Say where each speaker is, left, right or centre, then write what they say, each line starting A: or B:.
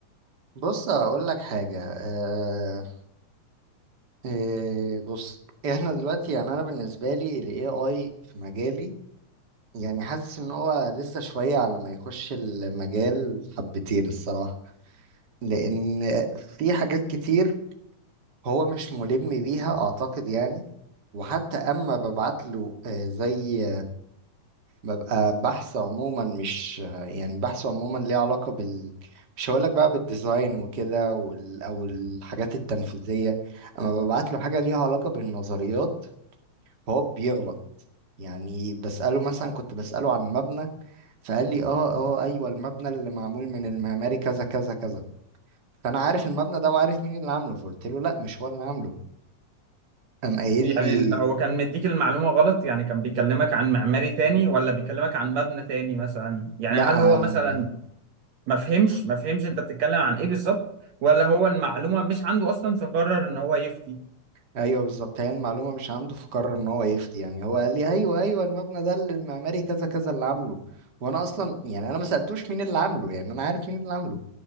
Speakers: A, on the right; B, on the right.
A: بص اقول لك حاجه آه إيه بص احنا دلوقتي يعني انا بالنسبه لي الاي اي في مجالي يعني حاسس ان هو لسه شويه على ما يخش المجال حبتين الصراحه لان في حاجات كتير هو مش ملم بيها اعتقد يعني وحتى اما ببعت له آه، زي ببقى بحث عموما مش يعني بحث عموما ليه علاقة بال مش هقولك بقى بالديزاين وكده وال... أو الحاجات التنفيذية أما ببعت له حاجة ليها علاقة بالنظريات هو بيغلط يعني بسأله مثلا كنت بسأله عن مبنى فقال لي اه اه أيوه المبنى اللي معمول من المعماري كذا كذا كذا فأنا عارف المبنى ده وعارف مين اللي عامله فقلت له لا مش هو اللي عامله قام قايل
B: يعني
A: لي
B: هو كان مديك المعلومة غلط يعني كان بيكلمك عن معماري تاني ولا بيكلمك عن مبنى تاني مثلا يعني
A: لا
B: هل
A: عن
B: هو مثلا ما فهمش ما فهمش انت بتتكلم عن ايه بالظبط ولا هو المعلومه مش عنده اصلا فقرر ان هو يفتي
A: ايوه بالظبط هي المعلومه مش عنده فقرر ان هو يفتي يعني هو قال لي ايوه ايوه المبنى ده اللي المعماري كذا كذا اللي عامله وانا اصلا يعني انا ما سالتوش مين اللي عامله يعني انا عارف مين اللي عامله